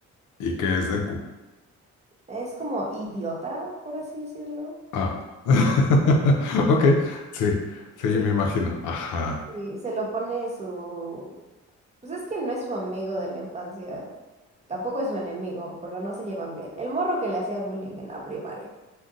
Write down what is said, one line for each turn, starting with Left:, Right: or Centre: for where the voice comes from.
Left: ¿Y qué es Deku?
Right: Es como idiota, por así decirlo.
Left: Ah. <laughs> Ok, sí, sí,
Right: Sí,
Left: me imagino. Ajá.
Right: sí, se lo pone su... Pues es que no es su amigo de la infancia, tampoco es su enemigo, pero no se llevan bien. El morro que le hacía bullying en la primaria.